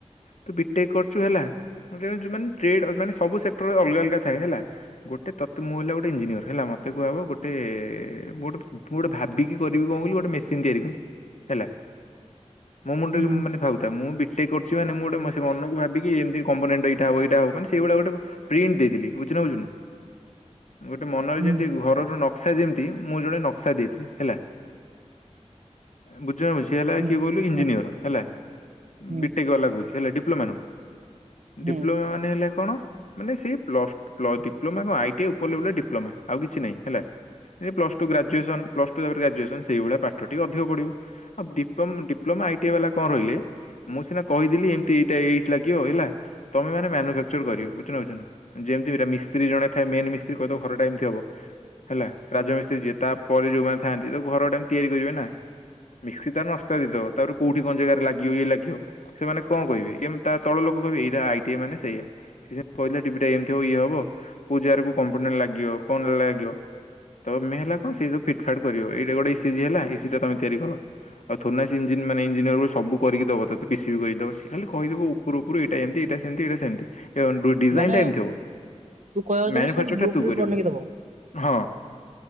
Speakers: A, on the left (about 75°); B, on the right (about 80°).
A: ତୁ ବିଟେକ କରୁଚୁ ହେଲା। ଯ-ଯଉ ମାନେ ଟ୍ରେଡ ମାନେ ସବୁ ସେକ୍ଟରରେ ଅଲଗା ଅଲଗା ଥାଏ ହେଲା, ଗୋଟେ ତତେ ମୁଁ ହେଲା ଗୋଟେ ଇଞ୍ଜିନିୟର ହେଲା, ମତ୍ ମତେ କୁହାବ ଗୋଟେ-ଏ ମୁଁ-ଗୋଟେ ମୁ-ଗୋଟେ ଭାବ୍ ବିକି କରିବି କଁ କଇଲୁ, ଗୋଟେ ମେସିନ୍ ତିଆରି କଲି ହେଲା। ମୋ ମୁଣ୍ଡରେ
B: ହୁଁ
A: ମାନେ ଭାବୁଥା ମୁଁ ବିଟେକ କରୁଛି ମାନେ ମୁଁ ଗୋଟେ ମସେ ମନକୁ ଭାବି ଏମିତି କମ୍ବୋନେଣ୍ଟ ଏଇଟା ହବ ଏଇଟା ହବ ମାନେ ସେଇଭଳା ଗୋଟେ ପ୍ରିଣ୍ଟ ଦେଇଥିଲି ବୁୁୁଚୁନା ବୁଝୁନୁ। ଗୋଟେ ମନରେ
B: ହୁଁ
A: ଯେମିତି ଘରର ନକ୍ସା ଯେମିତି ମୁଁ ଜଣେ ନକ୍ସା ଦେଇଥିଲି। ହେଲା ବୁ <unintelligible> ସିଏ ହେଲା
B: ହୁଁ
A: କିଏ କହିଲୁ ଇଞ୍ଜିନିୟର
B: ହୁଁ
A: ହେଲା,
B: ହୁଁ
A: ବିଟେକ ଆଲା କଉଚି ହେଲା ଡିପ୍ଲୋମା ନୁଁଅ।
B: ହୁଁ
A: ଡିପ୍ଲୋମା ମାନେ ହେଲେ କଣ? ମାନେ ସେଇ ପ୍ଲସ୍-ପ୍ଲ ଡିପ୍ଲମା କଁ ଆଇ ଟି ଆଇ ଉପ ଲେବଲେ ଡିପ୍ଲମା ଆଉ କିଛି ନାଇଁ ହେଲା। ଏ plus two graduation plus two ତାପରେ ଗ୍ରଜୁଏସନ୍ ସେଇଭଳିଆ ପାଠଟିିକେ ଅଧିକ ପଢିବ, ଆଉ ଡିପ୍ଲୋମ୍ ଡିପ୍ଲମା ଆଇ ଟି ଆ ବାଲା କଁ ରହିଲେ? ମୁଁ ସିନା କହିଥିଲି ଏମତି ଏଇଟା ଏ-ଏଇିଠ୍ ଲାଗିବ ହେଲା, ତମେ ମାନେ ମ୍ୟାନୁଫାକ୍ଚର କରିବ ବୁଚନା ବୁଝୁନା। ଯେମତି ମିରା ମିସ୍ତ୍ରୀ ଜଣେ ଥାଏ ମେନ୍ ମିସ୍ତ୍ରୀ କହିଦବ୍ ଘରଟା ଏମିତି ହବ ହେଲା ରାଜମିସ୍ତ୍ରୀ ଯିଏ ତା ପରେ ଯଉମାନେ ଥାଆନ୍ତି ତ ଘରଡା ତିଆରି କରିବେ ନା ମିସ୍କି ତା ନସ୍କା ଦେଦବ ତାପରେ କୋଉଠି କଁ ଜେଗାରେ ଲାଗିବ ଇଏ ଲାଗିବ ସେମାନେ କଁ କହିବେ ୟେମ୍ ତା ତଳ ଲୋକ୍ ମୁଁ କହିବି, ଏରା ଆଇ ଟି ଆଇ ମାନେ ସେଇଆ। ସେ ସେମିତି କହିଲା ଟିଭି ଟା ଏମିତି ହେବ ଇଏ ହବ। କଉ ଜାଗାରେ କଉ କମ୍ପୋନେଟ ଲାଗିବ? କଣ ଲାଗିବ? ତ ମେହେଲା କଣ ସେଇ ଯ ଫିଟ୍ ଫାଟ୍ କରିବ। ଏଇଟା ଗୋଟେ ଇସିଜି ହେଲା ଇସି ଟା ତମେ ତିଆରି କଲ। ଆଉ ଥୋଡ଼ି ନା ସେ ଇଞ୍ଜିନ ମାନେ ଇନ୍ ଇଞ୍ଜିନିଅର କୁ ସବୁ କରିକି ଦବ ତତେ ପିସିପି କରିକି ଦବ। ସେ ଖାଲି କହିଦବ ଉପରୁ ଉପରୁ ଏଇଟା ଏମିତି, ଏଇଟା ସେମିତି, ଏଇଟା ସେମିତି। ଏ ଅନ୍ ଡୁଡିଜାଇନ
B: ମାନେ
A: ଟା ଏମିତି ହେବ।
B: ତୁ କହିବାକୁ
A: ମ୍ୟାନୁଫେକ୍ଚର
B: ଚାହୁଁଛୁ ସେ ବ୍ଲୁ
A: ଟା ତୁ
B: ପ୍ରିଣ୍ଟ
A: କରିବୁ।
B: ବନେଇକି ଦବ
A: ହଁ।